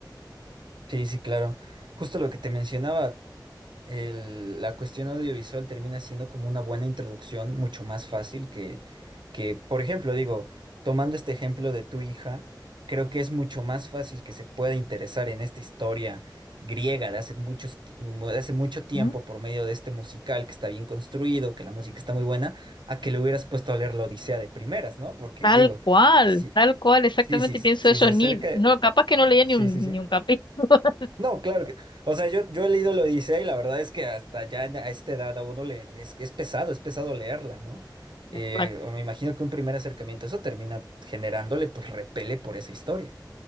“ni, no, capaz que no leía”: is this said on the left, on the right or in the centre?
Left